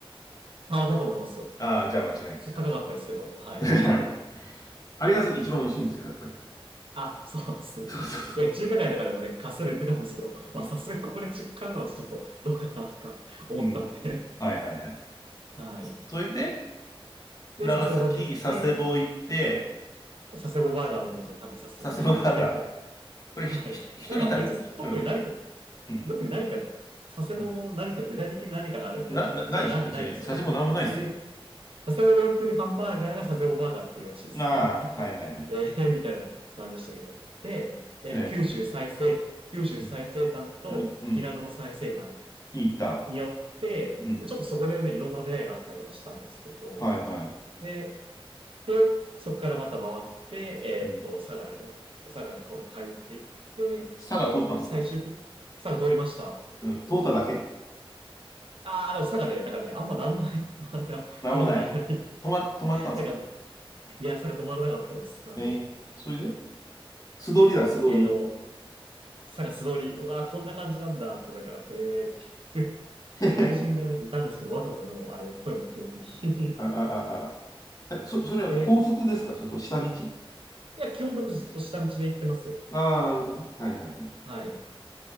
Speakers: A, on the right; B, on the left.
A: ああ、だと思いますよ。
B: ああ、じゃあ間違いないな。
A: ちょっと高かったですけど、はい。
B: <laughs> はい。あれが一番美味しいんですよ、やっぱり。
A: あ、そうですね。
B: そうそうそう。
A: え、中華街とかでもね、カステラ売ってたんですけど、
B: うん。
A: まあ、さすがにここで買うのはちょっとどうかなとか <laughs> 思ったんで、
B: うんはいはいはい。
A: はい。
B: それで、
A: で、
B: 長崎、
A: 佐世保に行って、
B: 佐世保行って、
A: 佐世保バーガーみたいにちょっと食べさせてもらって、
B: 佐世保バーガー。
A: <laughs>
B: これひと、
A: はい。
B: ひと一人旅。
A: なんか別に特に何か、
B: うん、うん、
A: 特に何か、佐世保の何か具体的な何かがあるみたいじゃな、
B: うん。な、な、ないでしょ、別に。
A: ないんですよね。
B: 佐世保なんもないですよ。
A: 別に佐世保で売ってるハンバーガーが佐世保バーガーっていうらしいですね。
B: ああ、
A: <laughs> なんか、
B: はいはいはい。
A: えー、みたいな感じでしたけど。で、えっと、
B: ね、
A: 九州最西、九州最西端と平戸の最西端
B: うん、本当に、うん、いいった。
A: によって、
B: うん、
A: でちょっとそこでね、いろんな出会いがあったりとかしたんですけど、
B: はいはい。
A: で、で、そこからまた回って、えっと、
B: うん。
A: 佐賀に、佐賀に入っていって、
B: 佐賀通ったんですか
A: で、最終的に、佐賀通りました。
B: うん、通っただけ
A: ああ、でも佐賀で、なんかね、あんまなんもない、<laughs> なんか、
B: なんもない。
A: こんなこと言えない。
B: 止ま、止まったんですか
A: なんか、いや、佐賀止まらなかったです。なんで。
B: ええそれで素通りだ、
A: で、
B: 素通り。
A: えっと、探す通り、うわー、こんな感じなんだと思いながら、えーっていう <laughs>
B: <laughs>
A: 友人がね、いたんですけど、わざともうあれ、声もかけずに <laughs>
B: あ、あ、あ、あ。え、そ、それは高速ですかそれと下道
A: で、いや、基本僕ずっと下道で行ってますよ。
B: ああなるほどね。はいはいはい。
A: はい。